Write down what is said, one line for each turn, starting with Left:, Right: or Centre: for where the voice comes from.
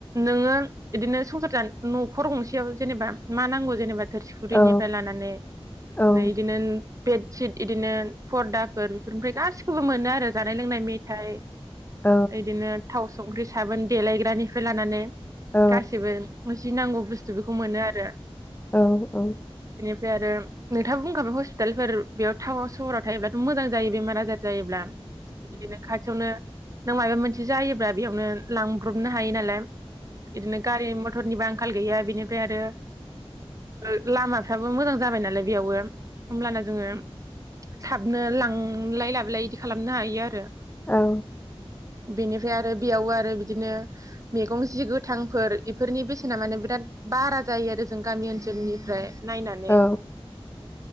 Right: नोङो इदिनो संसार जान न'खर गंसेयाव जेनेबा मा नांगौ जेनेबा थोरसि खुरिनिफ्राय
Left: औ
Right: लानानै
Left: औ उम
Right: नै इदिनो बेडसिट बिदिनो फर्दाफोर बेफोरनिफ्राय गासि खौबो मोनो आरो जानाय लोंनाय मेथाइ
Left: उम औ
Right: इदिनो थाव संख्रि साबोन देलायग्रानिफ्राय लानानै
Left: औ
Right: गासिबो जि नांगौ बुस्थु बेखौ मोनो आरो
Left: औ औ
Right: फ्राय आरो नोंथाङा बुंखाबाय हस्पिटालफोर बेयाव टाउनाव सहराव थायोब्लाथ' मोजां जायो बेमार आजार जायोब्ला बिदिनो खाथियावनो नों माबा मोनसे जायोब्ला बेयावनो लांब्रबनो हायो नालाय बिदिनो गारि मथर मटरनिबो आंखाल गैया बेनिफ्राय आरो आ लामाफ्राबो मोजां जाबाय नालाय बेयावबो होमब्लाना जोङो थाबनो लांलाय लाबोलाय इदि खालामनो हायो आरो
Left: औ
Right: बेनिफ्राय आरो बेयावबो आरो बिदिनो मैगं जि गोथांफोर बेफोरनि बेसेना माने बिराद बारा जायो आरो जों गामि ओनसोलनिफ्राय नायनानै
Left: औ